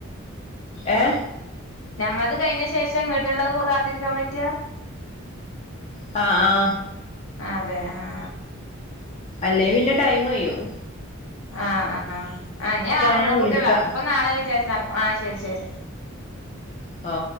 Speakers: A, on the left; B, on the left.
A: ഏ
B: ഞമ്മള്ത് കഴിഞ്ഞ ശേഷം ഇങ്ങട്ട്ള്ളത് കോൾ കാത്തി ക്കാ പറ്റാ
A: ആ ആ
B: അതെ അ അ
A: അല്ലങ്കി പിന്നെ ടൈം കയ്യും
B: ആ അ ആ ആ നി ആറെണ്ണം
A: ഞാൻ വിളിക്കാം
B: കൂടിയേള്ളൂ ഇപ്പം നാളെ വിചാ <unintelligible> ആ ശരി ശരി.
A: ഓ